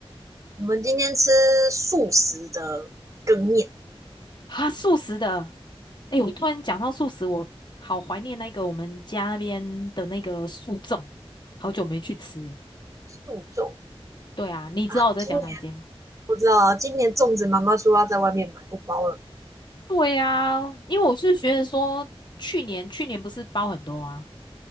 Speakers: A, on the right (about 30°); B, on the left (about 45°).
A: 我们今天吃素食的羹面，
B: 啊，素食的。哎，我突然讲到素食，我好怀念那个我们家那边的那个素粽，好久没去吃了。
A: 素粽
B: 对啊，你知道我在讲哪一间吗？
A: 啊。今年不知道啊，今年粽子妈妈说要在外面买，不包了
B: 对啊，因为我是觉得说，去年去年不是包很多啊，